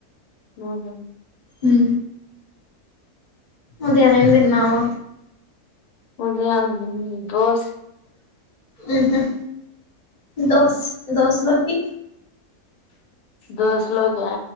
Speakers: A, on the left; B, on the left.
A: అహ
B: మ్ ఉదయన ఏం తిన్నావ్
A: ఉదయన దోష్
B: మ్ హు దోస్ దోస్ లోకి
A: దోస్ లో క